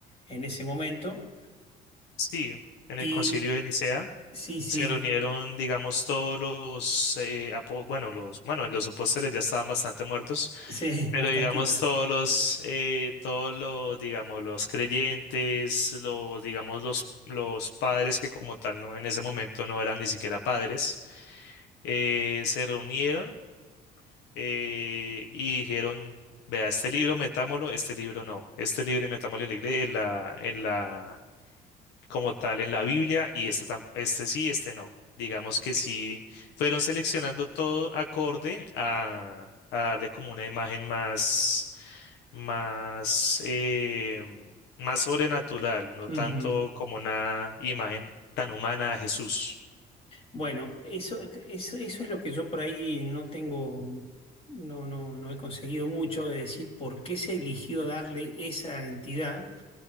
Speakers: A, on the left; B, on the left.
A: en ese momento.
B: Sí, en
A: Y
B: el concilio de Nicea.
A: sí, sí,
B: Se reunieron, digamos, todos los, eh, apo- bueno, los, bueno, los apóstoles ya estaban bastante muertos,
A: sí,
B: pero
A: <laughs> bastantito.
B: digamos todos los, eh, todos los, digamos, los creyentes, los, digamos, los, los padres que como tal no, en ese momento no eran ni siquiera padres, eh, se reunieron eh, y dijeron, vea, este libro metámoslo, este libro no, este libro metámoslo en la, igle- en la, en la como tal en la Biblia y este, tam- este sí, este no. Digamos que sí, fueron seleccionando todo acorde a, a darle como una imagen más, más, em, más sobrenatural, no
A: Ujú.
B: tanto como una imagen tan humana a Jesús.
A: Bueno, eso, eso, eso es lo que yo por ahí no tengo, no, no, no he conseguido mucho de decir por qué se eligió darle esa entidad